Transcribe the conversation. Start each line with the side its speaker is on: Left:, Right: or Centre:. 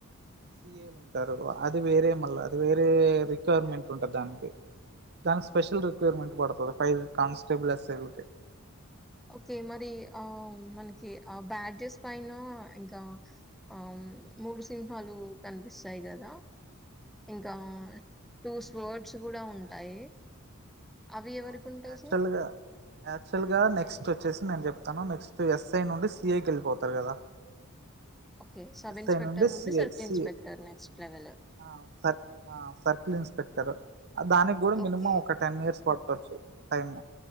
Right: సిఏలు ఉంటారు అది వేరే మళ్ళా అది వేరే రిక్వైర్మెంట్ ఉంటంది దానికి దానికి స్పెషల్ రిక్వైర్మెంట్ పడుతది ఫైర్ కన్స్టబిల్స్ ఎస్ ఐ లు తే
Centre: ఓకే మరి ఆ మనకి ఆ బ్యాడ్జెస్ పైన ఇంకా ఆ మూడు సింహాలు కనిపిస్తాయి కదా ఇంకా టూస్ వర్డ్స్ కూడా ఉంటాయి అవి ఎవరికుంటాయి
Right: అవును యాక్చువల్
Centre: సార్?
Right: గా యాక్చువల్ గా నెక్స్ట్ నెక్ట్ వచ్చేసి నేను చెప్తాను నెక్స్ట్ ఎస్ఐ నుండి సిఐకి వెళ్ళిపోతారు కదా
Centre: ఓకే. సబ్
Right: ఎస్ఐ
Centre: inspector
Right: నుండి CI
Centre: circle
Right: CI
Centre: inspector next level.
Right: ఆ సర్కిల్ ఆ సర్కిల్ ఇన్స్పెక్టర్ దానికి కూడా
Centre: ఓకే.
Right: మినిమం ఒక టెన్ ఇయర్స్ పడు పట్టొచ్చు time